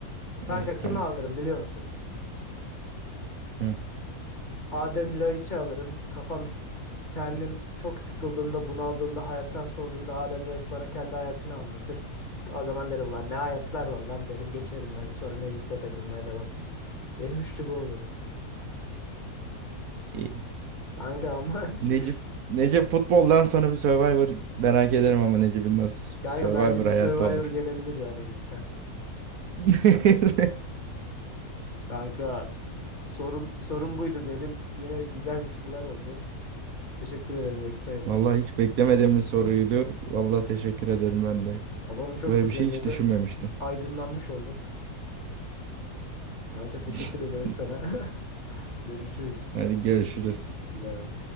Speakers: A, on the left; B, on the right.
A: Kanka
B: İyi
A: kimi
B: tamam.
A: alırım biliyor musun?
B: Hı.
A: Adem Laiç'i alırım. Kafam s- kendim çok sıkıldığımda, bunaldığımda, hayattan soğuduğumda Adem Laiç bana kendi hayatını anlatır. O zaman derim lan ne hayatlar var lan derim geçerim ben sonra Necip'le takılmaya devam. Benim üçlü bu olurdu.
B: İyi.
A: Kanka ama <laughs>
B: Necip
A: üç,
B: Necip futboldan sonra bir Survivor merak ederim ama Necip'in nasıl
A: kanka
B: bir Survivor
A: bence bir
B: hayatı
A: Survivor
B: olur.
A: gelebilir ya Necip'ten.
B: <laughs>
A: Kanka sorum sorum buydu benim. Yine güzel üçlüler oldu. Teşekkür ederim vakit ayırıp.
B: Vallahi hiç beklemediğim bir soruydu.
A: <laughs>
B: Vallahi teşekkür ederim ben de.
A: Kafamı çok
B: Böyle
A: kurcalıyordu.
B: bir şey hiç düşünmemiştim.
A: Aydınlanmış oldum. Kanka teşekkür
B: <laughs>
A: ederim sana. <laughs> Görüşürüz.
B: Hadi görüşürüz.
A: Hadi bay bay.